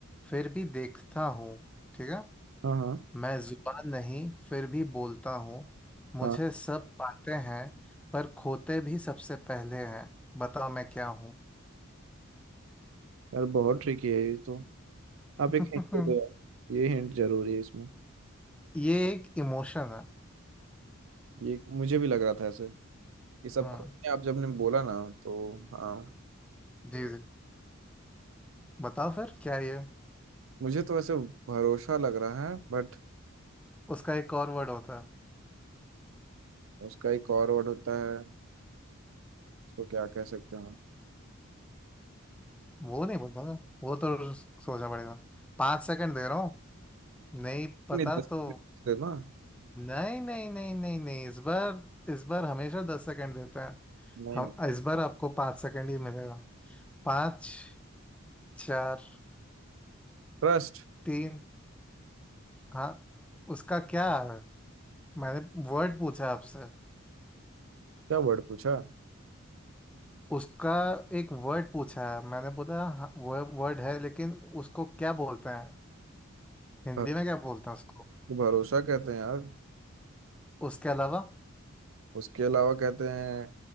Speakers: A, in the centre; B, on the right.
A: फिर भी देखता हूँ ठीक है
B: हाँ हाँ
A: मैं जुबान नहीं फिर भी बोलता हूँ मुझे
B: हाँ
A: सब पाते हैं पर खोते भी सबसे पहले हैं बताओ मैं क्या हूँ
B: यार बहुत ट्रिकी है ये तो
A: <laughs>
B: आप एक हिंट दे दो यार ये हिंट जरूरी है इसमें
A: ये एक इमोशन है
B: ये मुझे भी लग रहा था ऐसे ये सब
A: हाँ।
B: खुद ने आप जब ने बोला ना तो हाँ
A: जी जी बताओ फिर क्या है ये
B: मुझे तो ऐसे भरोसा लग रहा है बट
A: उसका एक और वर्ड होता है
B: उसका एक और वर्ड होता है उसको क्या कह सकते हैं
A: वो नहीं बोलूंगा वो तो सो- सोचना पड़ेगा पांच सेकंड दे रहा हूँ नहीं पता
B: नहीं दस
A: तो
B: मिनट दे ना <laughs>
A: नहीं नहीं नहीं नहीं नहीं इस बार इस बार हमेशा दस सेकंड देता है
B: नहीं
A: हम
B: नहीं
A: इस बार आपको पांच सेकंड ही मिलेगा पाँच चार
B: ट्रस्ट
A: तीन हाँ उसका क्या है मैंने वर्ड पूछा आपसे
B: क्या वर्ड पूछा
A: उसका एक वर्ड पूछा है मैंने बोला हाँ, वो वर्ड है लेकिन उसको क्या बोलते हैं हिंदी
B: भर-
A: में क्या बोलते हैं उसको
B: भरोसा कहते हैं यार
A: उसके अलावा
B: उसके अलावा कहते हैं